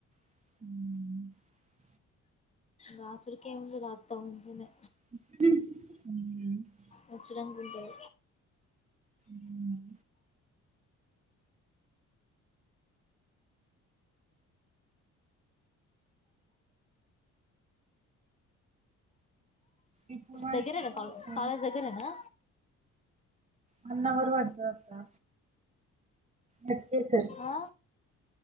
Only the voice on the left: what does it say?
రాసుడుకేముంది రాత్తం మంచిగానే
వచ్చినంకుంటాది
దగ్గరేనా కాలేజ్ దగ్గరేనా
ఆ